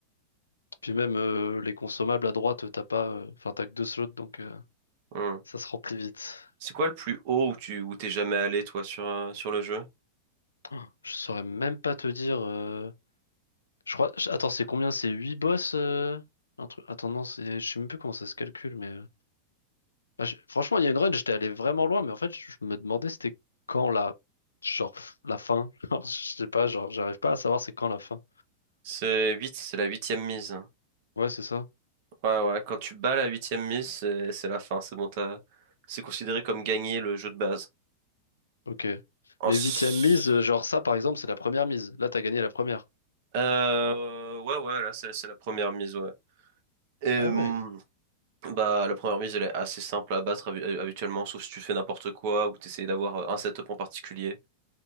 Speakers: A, on the left; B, on the right.
A: Puis même euh, les consommables à droite, t'as pas, euh, enfin t'as que deux slots, donc euh,
B: Hmm.
A: ça se remplit vite.
B: C'est quoi le plus haut où tu où t'es jamais allé toi sur euh, sur le jeu?
A: Oh, Je saurais même pas te dire. euh, Je crois. je- Attends, c'est combien? C'est 8 boss? euh, Un truc. Attends, non, c'est- je sais même plus comment ça se calcule, mais. euh, ah, j'ai- Franchement, il y a une run, j'étais allé vraiment loin, mais en fait, je je me demandais c'était quand la. Genre, f- la fin. <laughs> Genre, je sais pas, genre, j'arrive pas à savoir c'est quand la fin.
B: C'est huit c'est la huitième mise.
A: Ouais, c'est ça.
B: Ouais ouais, quand tu bats la huitième mise, c'est c'est la fin, c'est bon t'as c'est considéré comme gagner le jeu de base.
A: Ok.
B: Ensuite...
A: Mais huitième mise, euh, genre ça, par exemple, c'est la première mise. Là, t'as gagné la première.
B: Euh, ouais ouais, là c'est c'est la première mise ouais. Et
A: Ah
B: hum,
A: ouais.
B: bah la première mise elle est assez simple à battre habi- habituellement, sauf si tu fais n'importe quoi ou t'essayes d'avoir euh, un setup en particulier.